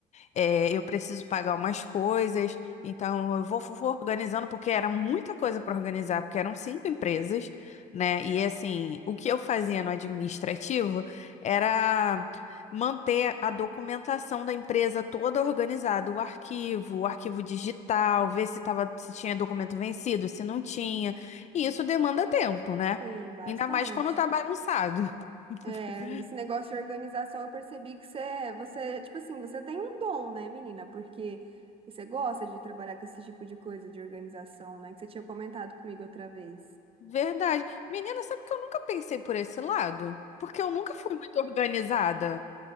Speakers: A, on the left; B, on the right.
A: é, eu preciso pagar umas coisas, então eu vou, vou organizando, porque era muita coisa para organizar, porque eram cinco empresas, né? E assim, o que eu fazia no administrativo era manter a documentação da empresa toda organizada, o arquivo, o arquivo digital, ver se tava, se tinha documento vencido, se não tinha. E isso demanda tempo, né?
B: Sim, bastante.
A: Ainda mais quando tá bagunçado. <laughs>
B: É, esse negócio de organização, eu percebi que você, você, tipo assim, você tem um dom, né, menina? Porque você gosta de trabalhar com esse tipo de coisa de organização, né? Que você tinha comentado comigo outra vez.
A: Verdade. Menina, sabe que eu nunca pensei por esse lado? Porque eu nunca fui muito organizada.